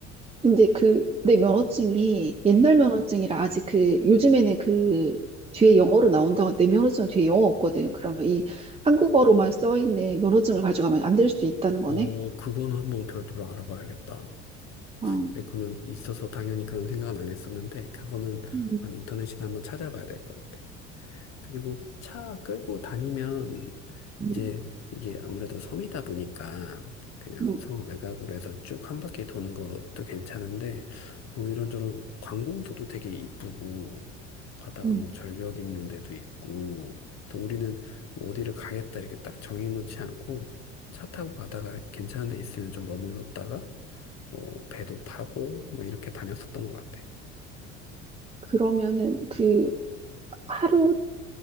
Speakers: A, on the right; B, on the left.
A: 근데 그, 내 면허증이 옛날 면허증이라 아직 그, 요즘에는 그, 뒤에 영어로 나온다고 내 면허증은 뒤에 영어 없거든. 그러면 이 한국어로만 써 있는 면허증을 가져가면 안 될 수도 있다는 거네.
B: 어, 그거는 한번 별도로 알아봐야겠다.
A: 어.
B: 내 거는 있어서 당연히 그런 생각은 안 했었는데, 그거는
A: 음,
B: 한 인터넷이나 한번 찾아봐야 될 것 같아. 그리고 차 끌고 다니면
A: 음,
B: 이제 이게 아무래도 섬이다 보니까 그냥
A: 음,
B: 섬 외곽으로 해서 쭉 한 바퀴 도는 것도 괜찮은데, 뭐 이런저런 관공서도 되게 이쁘고, 가다가
A: 음.
B: 뭐 전력 있는 데도 있고, 그래서 우리는 뭐 어디를 가겠다 이렇게 딱 정해놓지 않고, 차 타고 가다가 괜찮은 데 있으면 좀 머물렀다가, 뭐 배도 타고 뭐 이렇게 다녔었던 것 같아.
A: 그러면은 그 하루